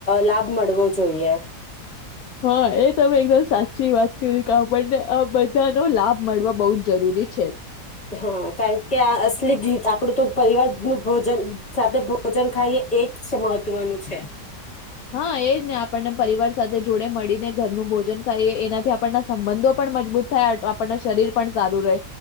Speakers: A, on the left; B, on the left.
A: લાભ મળવો જોઈએ.
B: હા એ તમે એકદમ સાચી વાત કરી આપણને આ બધાનો લાભ મળવા બહુ જ જરૂરી છે.
A: હા કારણ કે અસલી આપડું તો પરિવારનું ભોજન સાથે ભોજન ખાઈએ એ જ છે મહત્વનું છે.
B: હા એજ ને આપણને પરિવાર સાથે જોડે મળીને ઘરનું ભોજન ખાઈ એનાથી આપ આપણા સંબંધો પણ મજબૂત થાય. આપણના શરીર પણ સારું રહે